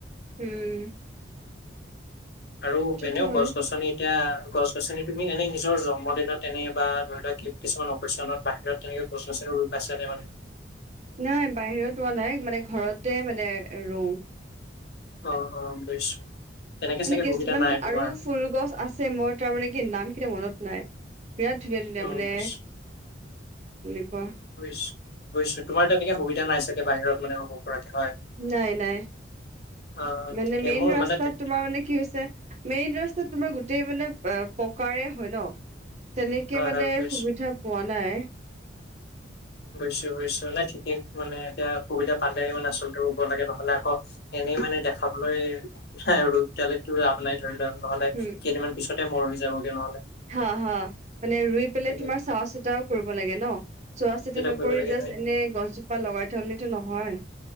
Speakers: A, on the right; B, on the left.
A: উম।
B: আৰু
A: সেইটোতো
B: এনেও
A: হয়।
B: গছ গছনি এতিয়া গছ গছনি তুমি এনেই নিজৰ জন্মদিনত এনে বা ধৰি লোৱা কিছুমান অক্কেচনত বাহিৰত তেনেকে গছ গছনি ৰুই পাইছা নে মানে?
A: নাই বাহিৰত ৰুৱা নাই মানে ঘৰতে মানে ৰুওঁ।
B: অঁ অঁ বুজিছোঁ তেনেকৈ
A: মানে
B: চাগে
A: কিছুমান
B: সুবিধা নাই তোমাৰ
A: আৰু ফুল গছ আছে মই তাৰ মানে কি নাম কিতা মনত নাই। বিৰাট ধুনীয়া ধুনীয়া
B: অ
A: মানে
B: বুজিছো
A: হেনেকুৱা।
B: বুজিছোঁ বুজিছোঁ তোমাৰ তেনেকে সুবিধা নাই চাগে বাহিৰত মানে ৰুব পৰাকে হয়?
A: নাই নাই
B: অ
A: মানে
B: ঠিকে
A: মেইন
B: মোৰ
A: ৰাস্তাত
B: মানে তে-
A: তোমাৰ মানে কি হৈছে মেইন ৰাস্তাত তোমাৰ গোটেই মানে পকাৰে হয় ন তেনেকে
B: হয়
A: মানে
B: হয় বুজিছো
A: সুবিধা পোৱা নাই।
B: বুজিছোঁ বুজিছোঁ নাই ঠিকেই মানে এতিয়া সুবিধা পালে মানে আচলতে ৰুব লাগে নহ'লে আকৌ এনেই মানে দেখাবলৈ আৰু এতিয়ালৈ ৰুই লাভ নাই ধৰি লোৱা নহলে
A: উম।
B: কেইদিনমান পিছতে মৰহি যাবগে নহ'লে।
A: হা হা মানে ৰুই পেলাই
B: ঠিক
A: তোমাৰ চোৱা চিতাও কৰিব লাগে ন? চোৱা চিতা নকৰি
B: কৰিব লাগে
A: জাষ্ট
B: হয়
A: এনে গছজোপা লগাই থলেটো নহয়